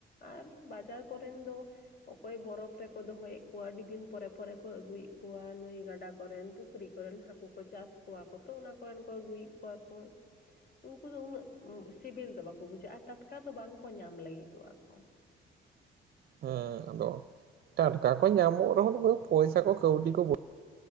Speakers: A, on the left; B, on the right.
A: ᱟᱨ ᱵᱟᱡᱟᱨ ᱠᱚᱨᱮᱱ ᱫᱚᱼᱼ ᱚᱠᱚᱭ ᱵᱚᱨᱚᱯ ᱨᱮᱠᱚ ᱫᱚᱦᱚᱭᱮᱜ ᱠᱚᱣᱟ ᱟᱹᱰᱤ ᱫᱤᱱ ᱯᱚᱨᱮ ᱯᱚᱨᱮ ᱠᱚ ᱟᱹᱜᱩᱭᱮᱜ ᱠᱚᱣᱟ ᱱᱟᱹᱭ ᱜᱟᱰᱟᱼᱼ ᱠᱚᱨᱮᱱ ᱯᱩᱠᱷᱨᱤ ᱠᱚᱨᱮᱱ ᱦᱟᱠᱩ ᱠᱚ ᱪᱟᱥ ᱠᱚᱣᱟ ᱠᱚ ᱛᱚ ᱚᱱᱟ ᱠᱚᱨᱮᱱ ᱠᱚ ᱟᱹᱜᱩᱭᱮᱜ ᱠᱚᱣᱟ ᱠᱚ᱾ ᱩᱱᱠᱩ ᱫᱚ ᱩᱱᱟᱹᱜ ᱥᱤᱵᱤᱞ ᱫᱚ ᱵᱟᱠᱚ ᱵᱩᱡᱷᱟᱹᱜ-ᱟ ᱟᱨ ᱴᱟᱴᱠᱟ ᱫᱚ ᱵᱟᱝ ᱠᱚ ᱧᱟᱢ ᱞᱟᱹᱜᱤᱫᱚᱜ ᱟᱠᱚ᱾
B: ᱦᱮᱸ ᱟᱫᱚ ᱴᱟᱴᱠᱟ ᱠᱚ ᱧᱟᱢᱚᱜ ᱨᱮᱦᱚᱸ ᱠᱚ ᱫᱚ ᱯᱚᱭᱥᱟ ᱠᱚ ᱠᱟᱹᱣᱰᱤ ᱠᱚ ᱵᱚᱼᱼ